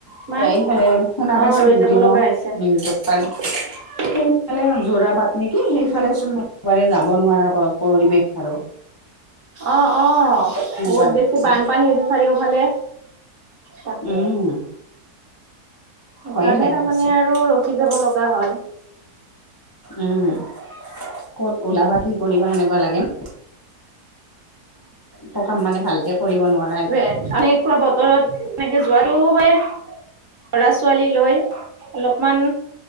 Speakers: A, on the right (about 55°); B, on the left (about 20°).
A: ইমান
B: এতিয়া এইফালে শুনা
A: অ
B: পাইছো
A: ৰৈ
B: দুদিনৰ
A: যাব লগা হৈছে
B: নিউজত পালো
A: <inaudible>
B: সেইফালে জোৰা বাট নেকি সেইফালেচোন একেবাৰে যাব নোৱাৰা পৰিৱেশ আৰু
A: অ অ
B: তেনেকুৱা
A: বহুত
B: হৈছে
A: বেছি বানপানী হৈছে চাৰিওফালে তাকে
B: উম
A: সেইকাৰণে
B: ভয়ে লগা
A: তাৰমানে
B: হৈছে
A: আৰু ৰখি
B: ক'ত
A: যাব লগা হ'ল।
B: উম ক'ত ওলাবা কি কৰিবা এনেকুৱা লাগেন। সকাম মানে ভালকে কৰিব নোৱাৰ-
A: টোৱে এনেকুৱা বতৰত এনেকে যোৱাটো মানে ল'ৰা-ছোৱালী লৈ অলপমান